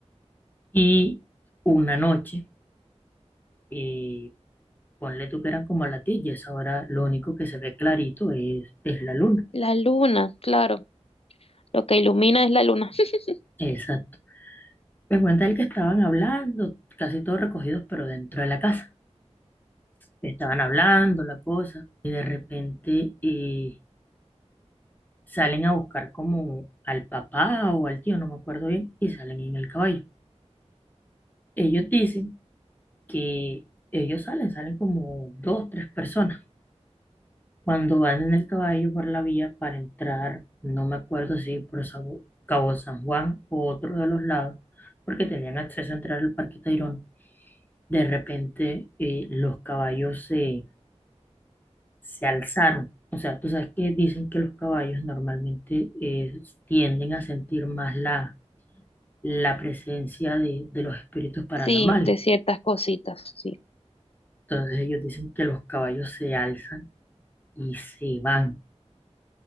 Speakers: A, on the left; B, on the left.
A: Y una noche, eh, ponle tú que eran como a las 10 y a esa hora lo único que se ve clarito es, es la luna.
B: La luna, claro, lo que ilumina es la luna. <laughs>
A: Exacto. Me cuenta él que estaban hablando, casi todos recogidos, pero dentro de la casa. Estaban hablando la cosa, y de repente eh, salen a buscar como al papá o al tío, no me acuerdo bien, y salen en el caballo. Ellos dicen que ellos salen, salen como dos, tres personas. Cuando van en el caballo por la vía para entrar, no me acuerdo si por Sabu- Cabo San Juan o otro de los lados, porque tenían acceso a entrar al Parque Tayrona, de repente eh, los caballos se, se alzaron. O sea, tú sabes que dicen que los caballos normalmente eh, tienden a sentir más la, la presencia de, de los espíritus paranormales.
B: Sí, de ciertas cositas, sí.
A: Entonces ellos dicen que los caballos se alzan y se van.